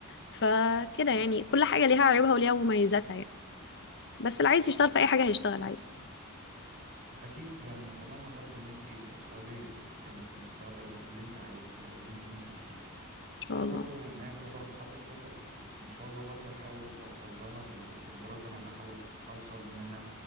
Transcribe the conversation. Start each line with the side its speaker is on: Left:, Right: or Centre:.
Left: فكده يعني كل حاجة ليها عيوبها وليها مميزاتها يعني بس اللي عايز يشتغل في اي حاجة هيشتغل عادي
Right: اكيد فعلا واتمنى برضو ان انت توصلي يعني في المستقبل اللي انت عايزاه او اللي انت نفسك فيه
Left: ان شاء
Right: انا
Left: الله
Right: برضو ناوي برضو حاطط خطط و... وان شاء الله برضو احاول اوصل لها بال... بالدراسه انا بحاول اوصل ان انا